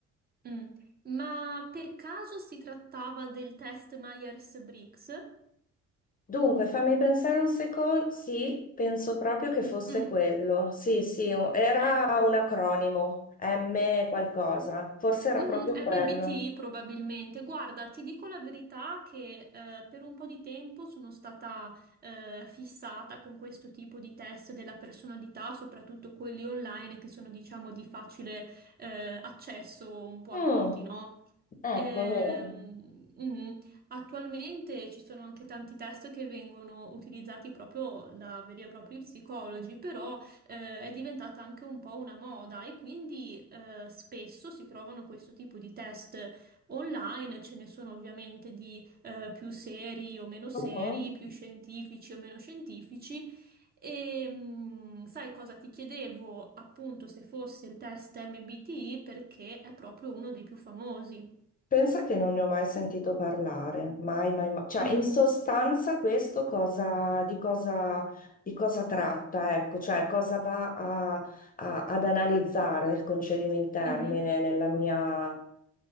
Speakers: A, on the right; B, on the left.
A: mm. Ma per caso si trattava del test Myers-Briggs?
B: Dunque, fammi pensare un secondo. Sì, penso proprio che fosse
A: Mm,
B: quello. Sì, sì, o- era
A: ecco,
B: un acronimo, M qualcosa. Forse era
A: Mhm,
B: proprio
A: MBTI
B: quello.
A: probabilmente. Guarda, ti dico la verità che eh, per un po' di tempo sono stata eh, fissata con questo tipo di test della personalità, soprattutto quelli online che sono, diciamo, di facile eh, accesso un po'
B: Mm,
A: a tutti, no?
B: ecco,
A: Ehm,
B: vedi.
A: mm, attualmente ci sono anche tanti test che vengono utilizzati proprio da veri e propri psicologi, però eh, è diventata anche un po' una moda e quindi eh, spesso si trovano questo tipo di test online, ce ne sono ovviamente di eh, più seri o meno seri,
B: Mhm.
A: più scientifici o meno scientifici. E mm, sai cosa ti chiedevo appunto se fosse il test MBTI perché è proprio uno dei più famosi.
B: Pensa che non ne ho mai sentito parlare, mai, mai, mai. Cioè,
A: Mm,
B: in sostanza questo cosa, di cosa, di cosa tratta, ecco, cioè cosa va a- a- ad analizzare, concedimi il termine,
A: mhm,
B: nella mia